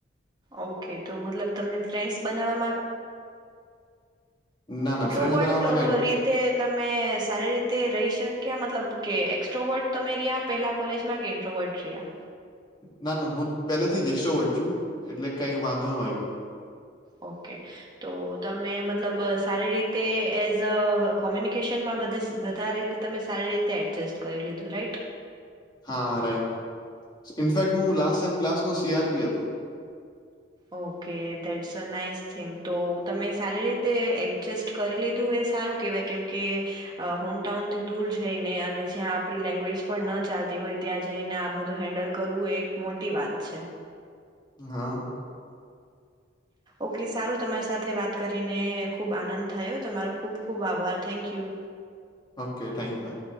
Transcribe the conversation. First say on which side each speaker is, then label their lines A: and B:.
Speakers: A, on the right (about 25°); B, on the left (about 25°).
A: ઓકે તો મતલબ તમને ફ્રેન્ડ્સ બનાવવામાં
B: ના ના ફ્રેન્ડ્સ
A: રોબોટ
B: બનાવવામાં કાઈ
A: રીતે તમે સારી રીતે રહીશ શક્યા મતલબ કે એક્સ્ટ્રાવોર્ડ તમે રહ્યા પહેલા કોલેજમાં કે ઇન્ટ્રોવર્ડ રહ્યા?
B: ના ના હું પેલાથી જ એક્સ્ટ્રાવોર્ડ છુ એટલે કઈ વાંધો ન આવ્યો.
A: ઓકે તો તમે મતલબ સારી રીતે એઝ અ કોમ્યુનિકેશનમાં બધે સ વધારે રીતે તમે સારી રીતે એડજસ્ટ કરી લીધું. રાઈટ?
B: હા, રાઈટ. ઇનફેક્ટ હું લાસ્ટ સેમ ક્લાસ નો સીઆરભી હતો.
A: ઓકે, ધેટ સઅ નાઈસ થિંક તો તમે સારી રીતે એડજસ્ટ કરી લીધું એ સારું કેહેવાય કેમકે હોમટાઉનથી દૂર જઈને અને જ્યાં આપણી લેંગ્વેજ પણ ન ચાલતી હોય ત્યાં જઈને આ બધું હેન્ડલ કરવું એ એક મોટી વાત છે.
B: હા.
A: ઓકે, સારું તમારી સાથે વાત કરીને ખુબ આનંદ થયો. તમારો ખુબ ખુબ આભાર. Thank you!
B: Okay, thank you ma'am.